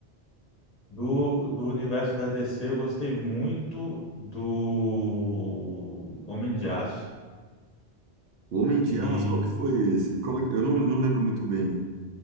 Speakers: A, on the left (about 40°); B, on the right (about 85°).
A: Do, do universo da DC, eu gostei muito do Homem de Aço.
B: O Homem de
A: E,
B: Aço, qual que foi esse? Como é que- Eu não, não lembro muito bem.